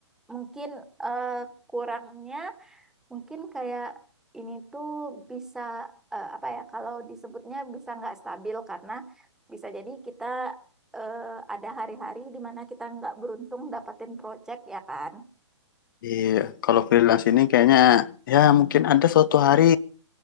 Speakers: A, in the centre; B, on the left.
A: mungkin eh, kurangnya mungkin kayak ini tuh bisa eh, apa ya kalau disebutnya bisa nggak stabil karena bisa jadi kita eh, ada hari-hari di mana kita nggak beruntung dapatin project ya kan.
B: Iya, kalau freelance ini kayaknya ya mungkin ada suatu hari